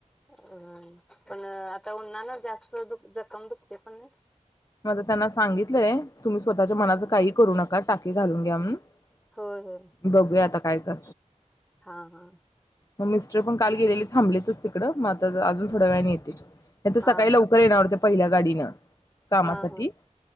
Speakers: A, in the centre; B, on the left (about 25°).
A: अ पण आता उन्हान जास्त दु जखम दुखते पण
B: आता त्यांना सांगितलंय तुम्ही स्वतःच्या मनाचं काही करू नका टाके घालून घ्या म्हणून
A: होय होय
B: बघूया आता काय कर
A: हा हा
B: मग मिस्टर पण काल गेलेले थांबलेतच तिकडं मग आ अजून थोड्या वेळाने येतील. नाही तर
A: हा
B: सकाळी
A: हा
B: लवकर येणार होते प पहिल्या गाडीनं कामासाठी
A: हा हा